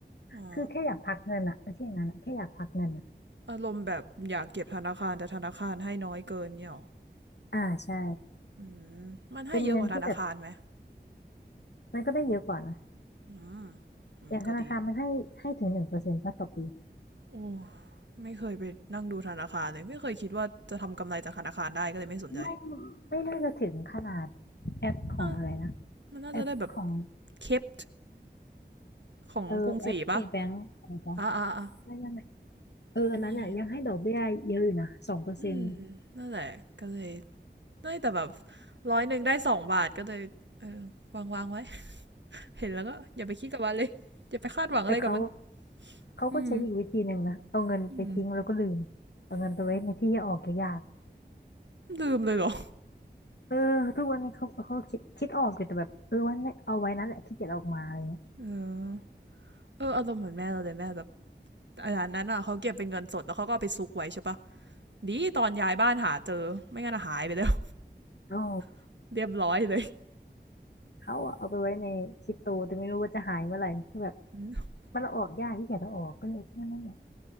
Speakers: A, on the right (about 80°); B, on the left (about 70°).
A: อ๋อ
B: คือแค่อยากพักเงินอะไม่ใช่อย่างนั้นอะแค่อยากพักเงินอะ
A: อารมณ์แบบอยากเก็บธนาคารแต่ธนาคารให้น้อยเกินเนี่ยเหรอ
B: อ่าใช่
A: อืมมันให้เยอะกว่าธนาคารไหม
B: เป็นเงินที่แบบมันก็ได้เยอะกว่านะ
A: อืม อืมก็ดี
B: อย่างธนาคารมันให้ให้ถึงหนึ่งเปอร์เซ็นต์ต่อปี
A: โอ้ไม่เคยไปนั่งดูธนาคารเลยไม่เคยคิดว่าจะทำกำไรจากธนาคารได้ก็เลยไม่สนใจ
B: ไม่ไม่น่าจะถึงขนาดแอปของอะไรนะ
A: อ่ะมันน่าจะได้แบบ
B: แอปของ
A: เคป ของกรุงศรีปะ
B: เออแอป KBank อะไรปะ
A: อ่าอ่าอ่า
B: ไม่ไม่ไม่เอออันนั้นเนี่ยยังให้ดอกเบี้ยเยอะอยู่นะสองเปอร์เซ็นต์
A: มี อืมนั่นแหละก็เลยเอ้ยแต่แบบร้อยหนึ่งได้สองบาทก็เลย เออวางวางไว้ <laughs> เห็นแล้วก็อย่าไปคิดกับมันเลย อย่าไปคาดหวังอะไรกับมัน
B: แต่เขาเขาก็ใช้อีกวิธีหนึ่งนะเอาเงินไปทิ้งแล้วก็ลืมเอาเงินไปไว้ในที่ที่ออกยาก
A: อืมอืม ลืมเลยเหรอ
B: ๆเออทุกวันนี้เขาเขาคิดคิดออกอยู่แต่แบบเออไว้ไม่เอาไว้นั่นแหละขี้เกียจเอาออกมาอะไรเงี้ย
A: เออ เอออารมณ์เหมือนแม่เราเลยแม่แบบ อาจารนั้นอ่ะเขาเก็บเป็นเงินสดแล้วเขาก็เอาไปซุกไว้ใช่ปะดีตอนย้ายบ้านหาเจอไม่งั้นอะหายไปแล้ว
B: โอ้
A: <laughs> เรียบร้อยเลย
B: เขาอะเอาไปไว้ในคริปโตแต่ไม่รู้ว่าจะหายเมื่อไหร่คือแบบ
A: อืม
B: มันเอาออกยากขี้เกียจเอาออกก็เลยนั่นแหละ